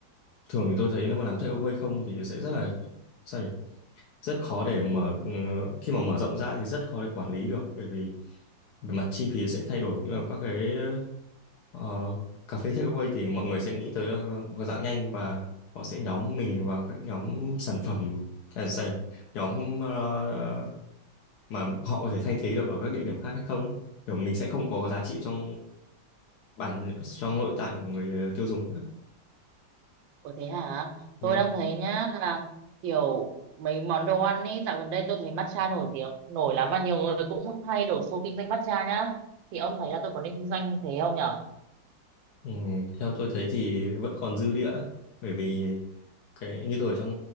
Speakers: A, on the left; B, on the right.
A: thường thì tôi thấy nếu mà làm takeaway không thì sẽ rất là sao nhỉ? rất khó để mở ừ, khi mà mở rộng ra thì rất khó để quản lý được bởi vì về mặt chi phí sẽ thay đổi cũng như là các cái ờ, cà phê takeaway thì mọi người sẽ nghĩ tới là một dạng nhanh và họ sẽ nhóm mình vào các nhóm sản phẩm à, sao nhỉ? nhóm ờ, mà họ có thể thay thế được ở các địa điểm khác hay không ấy. kiểu mình sẽ không có giá trị trong bản trong nội tại của người tiêu dùng nữa.
B: Ủa thế hả?
A: ừ.
B: Tôi đang thấy nhá là kiểu mấy món đồ ăn ấy dạo gần đây tôi thấy matcha nổi tiếng nổi lắm mà nhiều người cũng hay đổ xô kinh doanh matcha nhá. Thì ông thấy là tôi có nên kinh doanh thế không nhở?
A: Ừ. theo tôi thấy thì vẫn còn dư địa ấy. bởi vì cái như tôi ở trong